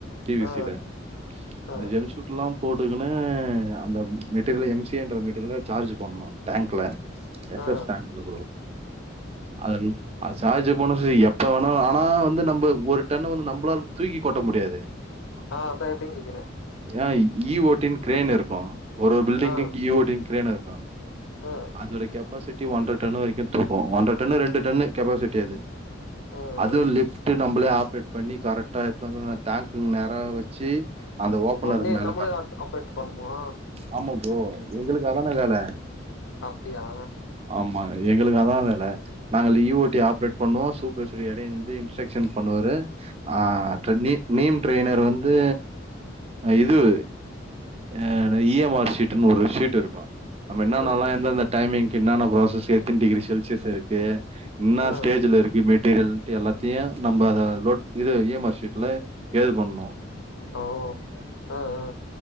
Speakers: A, on the right; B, on the left.
A: டி வி
B: ஆ
A: சி ல
B: ஆ
A: அந்த ஜெம்சூட்லா போட்டுக்குனு அந்த மெட்டீரியல எம் ஸி த்ரீ ஹன்ட்ரட் மீட்டர்ல சார்ஜ் பண்னணு டேங்குல ரெஃப்ரஷ்
B: ஆ ஆ
A: டேங்க்ல ப்ரோ அதுலு அத சார்ஜ் போனு சொல்லி எப்ப வேணா ஆனா வந்து நம்ம ஒரு டன்னு வந்து நம் ளால தூக்கி கொட்ட முடியாது
B: ஆ அதா எப்டின்னு கேக்குறே
A: அ ஈ ஓ டின் கிரேன் இருக்கு ஒரு ஒரு பில்டிங்கிகி
B: ஆ
A: ஈ ஓ டின் கிரேன் இருக்கு
B: ம்
A: அதோட கெப்பாசிட்டி ஒன்றர டன் வரைக்கு ஒன்றர டன்னு ரெண்டு டன்னு கெப்பாசிட்டி அது
B: ம் ம்
A: அதுவு லிஃப்டு நம்மளே ஆப்ரேட் பண்ணி கரெக்டா எத்துனு வந்து அந்த டேங்க்குகு நேரா வச்சி அந்த ஓப்பனர்
B: ஓ நீ
A: மேல
B: நம்மளே தான் ஆப்ரேட் பண்ணுமா
A: ஆமா ப்ரோ எங்களுக்கு அதான வேல
B: அப்டியா
A: ஆமா எங்களுக்கு அதா வேல நாங்க லீயி ஓ டி ஆப்ரேட் பண்ணுவோ சூப்ரவைச இவரு எடய்ந்து இன்ஸ்ட்ரக்ஷன் பண்ணுவாரு ஆ ட்ரெ நீம் ட்ரெய்னர் வந்து இதுவு ஆ இ எம் ஆர் ஷீட்டுனு ஒரு ஷீட் இருக்கு நம்ம என்னன்னலா
B: ம்
A: எந்தந்த டைமிங்கு என்னன்ன ப்ராசஸ் எத்தன டிகிரி செல்சியஸ் இருக்கு என்னா
B: ஆ
A: ஸ்டேஜ்ல இருக்கு மெட் டீரியல்ன்ட்டு எல்லாத்தையு நம்ம அத லோட் இது இ எம் ஆர் ஷீட்ல ஏது பண்ணோ
B: ஓ ஆ ஆ